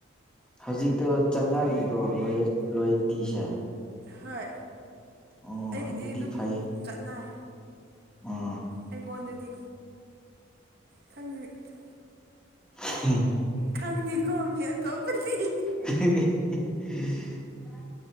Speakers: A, in the centre; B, on the right.
A: ꯍꯧꯖꯤꯛꯇꯣ ꯆꯠꯅꯔꯤꯕ꯭ꯔꯣ ꯂꯣꯌꯦꯜ ꯂꯣꯌꯦꯜꯇꯤꯁꯦ
B: ꯍꯣꯏ
A: ꯑꯣ
B: ꯑꯩꯒꯤꯗꯤ
A: ꯑꯗꯨꯗꯤ
B: ꯑꯗꯨꯝ
A: ꯐꯩ
B: ꯆꯠꯅꯩ
A: ꯑꯣ
B: ꯑꯩꯉꯣꯟꯗꯗꯤ ꯈꯪ <inaudible> <unintelligible>
A: ꯍꯤ
B: ꯈꯪꯗꯦꯀꯣ ꯃꯤ ꯑꯇꯣꯞꯄꯗꯤ
A: ꯍꯤ ꯍꯤ ꯍꯤ